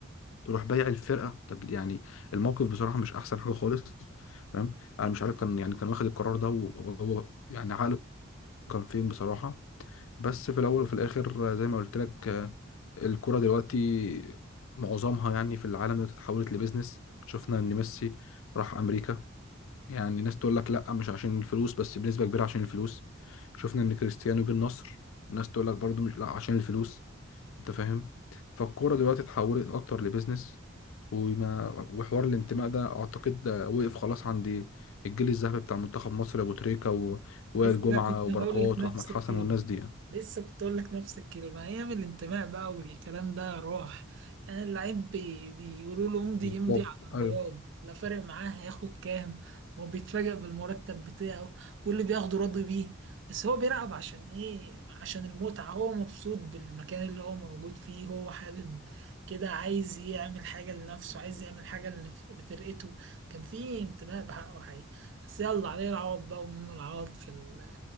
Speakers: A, on the left (about 70°); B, on the right (about 60°).
A: تروح بايع الفرقه طب يعني الموقف بصراحه مش احسن حاجه خالص تمام انا مش عارف كان يعني كان واخد القرار ده وهو يعني عقله كان فين بصراحه بس في الاول وفي الاخر آه، زي ما قلت لك آه، الكرة دلوقتي معظمها يعني في العالم دلوقتي اتحولت لبيزنس شفنا ان ميسي راح امريكا يعني ناس تقول لك لا مش عشان الفلوس بس بنسبة كبيرة عشان الفلوس شفنا ان كريستيانو جه النصر ناس تقول لك برضو مش لا عشان الفلوس انت فاهم فالكورة دلوقتي اتحولت اكتر لبيزنس وما وحوار الانتماء ده اعتقد ده وقف خلاص عند الجيل الذهبي بتاع منتخب مصر ابو تريكة و- وائل
B: لسه
A: جمعة
B: كنت
A: وبركات
B: هقول لك نفس
A: واحمد حسن
B: الكلمة
A: والناس دي يعني.
B: لسه كنت هقول لك نفس الكلمة أيام الانتماء بقى والكلام ده راح كان اللعيب بي... بيقولوا له امضي
A: بالظبط
B: يمضي على
A: ايوه
B: بياض لا فارق معاه هياخد كام هو بيتفاجئ بالمرتب بتاعه واللي بياخده راضي بيه بس هو بيلعب عشان إيه عشان المتعة هو مبسوط بالمكان اللي هو موجود فيه هو حابب كده عايز يعمل حاجة لنفسه عايز يعمل حاجة لنف- لفرقته كان في انتماء بحقه حقيقي بس يلا عليه العوض بقى ومنه العوض في ال...